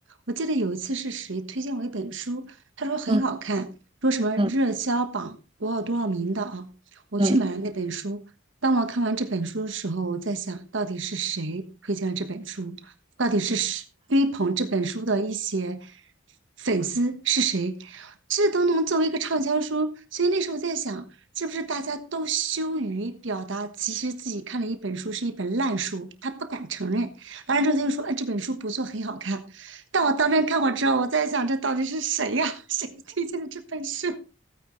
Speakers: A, on the right; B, on the right.
A: 我记得有一次是谁推荐我一本书，他说很好看，
B: 嗯
A: 说什么热销榜多少多少名的啊。
B: 嗯
A: 我去买了那本书。
B: 嗯，
A: 当我看完这本书的时候，我在想，到底是谁推荐了这本书？到底是谁追捧这本书的一些粉丝是谁？这都能作为一个畅销书，所以那时候我在想。是不是大家都羞于表达？其实自己看了一本书是一本烂书，他不敢承认。完了之后他就说：“哎，这本书不错，很好看。”但我当真看过之后，我在想，这到底是谁呀、<laughs> 谁推荐的这本书？